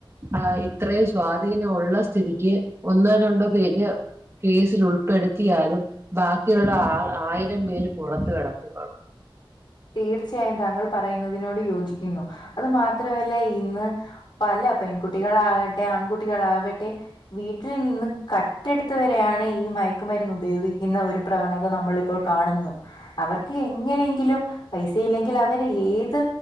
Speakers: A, on the right; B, on the left.
A: ആ ഇത്രയും സ്വാധീനം ഉള്ള സ്ഥിതിക്ക് ഒന്നോ രണ്ടോ പേര് കേസിൽ ഉൾപ്പെടുത്തിയാലും ബാക്കിയുള്ള ആൾ ആയിരം പേര് പുറത്ത് കിടക്കുക
B: തീർച്ചയായും താങ്കൾ പറയുന്നതിനോട് യോജിക്കുന്നു അത് മാത്രമല്ല ഇന്ന് പല പെൺകുട്ടികളാകട്ടെ ആൺകുട്ടികളാവട്ടെ വീട്ടിൽ നിന്ന് ക കട്ടെടുത്ത് വരെയാണ് ഈ മയക്കുമരുന്ന് ഉപയോഗിക്കുന്ന ഒരു പ്രവണത നമ്മളിപ്പോൾ കാണുന്നു അവർക്ക് എങ്ങനെയെങ്കിലും പൈസയില്ലെങ്കിൽ അവര് ഏത്